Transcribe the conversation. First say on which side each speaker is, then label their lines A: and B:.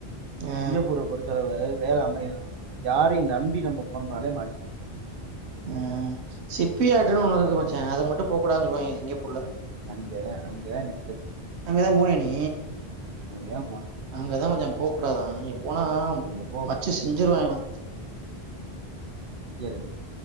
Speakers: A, on the right; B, on the right.
A: ஆ
B: சிங்கப்பூர பொறுத்து அளவுல வேல அமையணும் யாரையும் நம்பி நம்ம போனோம்னாலே மாட்டி
A: உம் சிப்பி ஆர்ட்ன்னு
B: சொந்தக்காரர்
A: ஒண்ணு இருக்கு மச்சா அத மட்டும் போ கூடாது னு சொல்லுவாங்க சிங்கப்பூர்ல
B: அங்க அங்க இன்னிக்கி
A: அங்கதா போனியா நீ
B: அங்க தா போனே
A: அங்கதா மச்சா போ கூடாதா அங்க போனா
B: அங்க போ
A: வச்சு செஞ்சிருவாங்களா
B: பி ஆர்